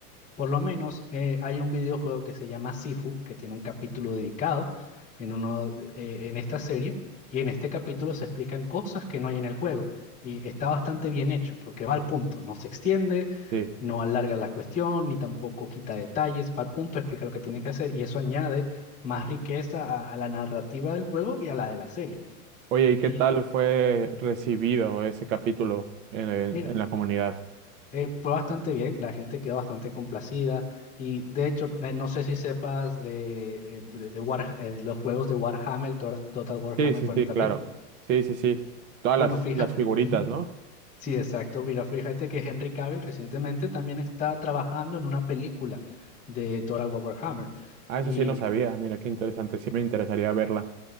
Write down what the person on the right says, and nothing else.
sí.
Oye, ¿y
qué tal fue
recibido ese capítulo en, en-
en la comunidad?
Sí, sí,
sí, claro.
Sí, sí, sí. Todas
las,
las figuritas,
¿no?
Ah, eso
sí no sabía. Mira, qué interesante. Sí me interesaría verla.